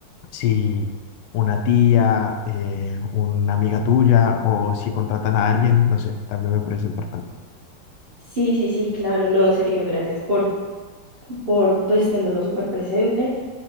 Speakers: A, on the left; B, on the right.
A: si una tía, eh, una amiga tuya o si contratan a alguien, no sé, también me parece importante.
B: Sí, sí, sí, claro, no, en serio, gracias por, por pues tenerlo súper presente.